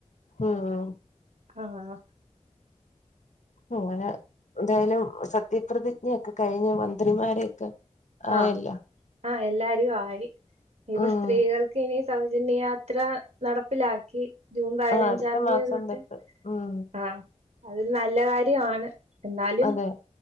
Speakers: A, on the left; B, on the right.
A: ആഹ്
B: ആഹ്
A: അങ്ങനെ എന്തായാലും സത്യപ്രതിജ്ഞയൊക്കെ കഴിഞ്ഞ് മന്ത്രിമാര്
B: ആഹ്
A: ആയില്ല
B: ആഹ് എല്ലാരും ആയി ഇനീപ്പൊ
A: ഉം
B: സ്ത്രീകൾക്കിനി സൗജന്യയാത്ര നടപ്പിലാക്കി ജൂൺ പതിനഞ്ചാം
A: ആഹ് അടുത്ത
B: തീയതി
A: മാസം
B: തൊട്ട്
A: ഉം
B: ആഹ് അതൊരു നല്ല കാര്യവാണ് എന്നാലും
A: അതെ